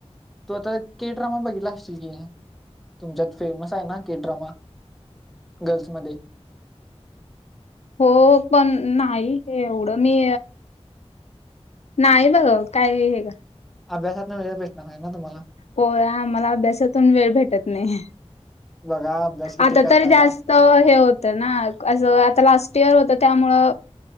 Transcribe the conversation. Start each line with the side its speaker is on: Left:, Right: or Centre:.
Centre: तू आता के ड्रामा बघितला असश कि. तुमच्यात फेमस आहे, ना के ड्रमा गर्ल्स मध्ये.
Left: हो पण नाही एवढं मी. नाही बघत काय हे कर.
Centre: अभ्यासातून वेळ भेटणार नाही ना तुम्हाला.
Left: हो मला अभ्यासातून वेळ भेटत नाही.
Centre: बघा अभ्यास किती
Left: आता
Centre: करतासा
Left: तरी जास्त हे होत, ना अस आता लास्ट इयर होत. त्यामुळे